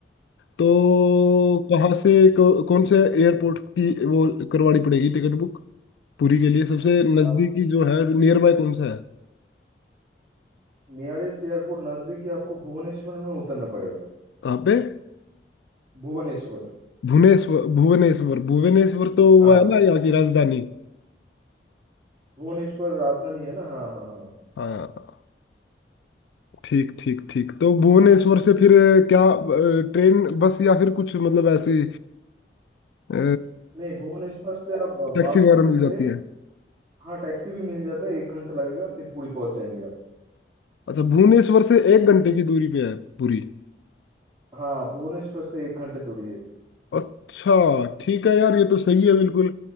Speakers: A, on the left; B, on the right.
A: तो कहाँ से कौ, कौन से एयरपोर्ट की वो करवानी पड़ेगी टिकट बुक पूरी के लिए सबसे
B: हाँ
A: नज़दीकी जो है नियर बाय कौन सा है
B: नियरेस्ट एयरपोर्ट नज़दीक ही आपको भुवनेश्वर में उतरना पड़ेगा
A: कहाँ पे
B: भुवनेश्वर
A: भुवनेश्वर भुवनेश्वर भुवनेश्वर तो वो
B: हाँ
A: है ना यहाँ की राजधानी
B: भुवनेश्वर राजधानी है ना हाँ हाँ हाँ
A: हाँ ठीक ठीक ठीक तो भुवनेश्वर से फिर क्या अ, ट्रेन बस या फिर कुछ मतलब ऐसी अ,
B: नहीं भुवनेश्वर से आप अ,
A: टैक्सी
B: बस
A: वगैरह
B: ले सकते
A: मिल जाती
B: हैं
A: है
B: हाँ टैक्सी भी मिल जाता है एक घंटा लगेगा फिर पुरी पहुंच जाएंगे आप
A: अच्छा भुवनेश्वर से एक घंटे की दूरी पे है पूरी
B: हाँ भुवनेश्वर से एक घंटा दूरी है
A: अच्छा ठीक है यार ये तो सही है बिल्कुल